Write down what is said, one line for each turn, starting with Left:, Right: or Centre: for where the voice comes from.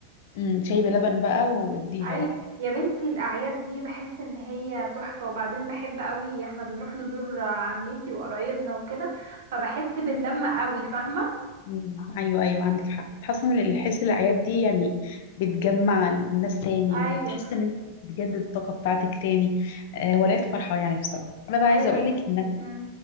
Left: امم شاي بلبن بقى واديها
Right: اي
Left: بقى
Right: يا بنتي الاعياد دي بحس ان هي تحفه وبعدين بحب قوي احنا بنروح نزور عمتي وقرايبنا وكده فبحس باللمه قوي فاهمه
Left: امم ايوه ايوه عندك حق تحس ان الحس الاعياد دي يعني بتجمع الناس تاني
Right: ايوه
Left: وبتحس ان انت بتجدد الطاقه بتاعتك تاني آه ولقيت فرحه يعني بصراحه انا بقى عايزه
Right: ايوه
Left: اقول
Right: دي
Left: لك ان انا
Right: مم.